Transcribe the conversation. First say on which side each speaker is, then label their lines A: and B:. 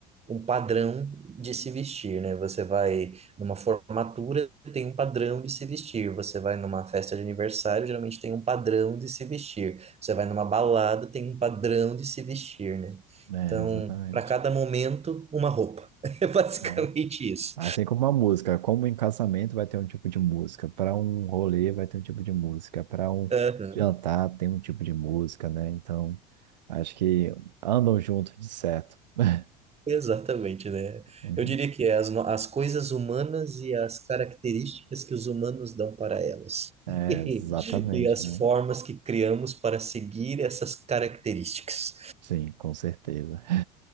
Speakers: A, on the right; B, on the right.
A: um padrão de se vestir, né? Você vai numa formatura, tem um padrão de se vestir. Você vai numa festa de aniversário, geralmente tem um padrão de se vestir. Você vai numa balada, tem um padrão de se vestir, né?
B: É,
A: Então,
B: exatamente.
A: para cada momento, uma roupa. <laughs> É basicamente
B: É.
A: isso.
B: Assim como uma música, como em casamento vai ter um tipo de música, para um rolê vai ter um tipo de música, para um
A: Aham.
B: jantar tem um tipo de música, né? Então, acho que andam juntos de certo. <laughs>
A: Exatamente, né?
B: Uhum.
A: Eu diria que é as, no- as coisas humanas e as características que os humanos dão para elas.
B: É,
A: <laughs>
B: exatamente,
A: E as
B: né?
A: formas que criamos para seguir essas características.
B: Sim, com certeza.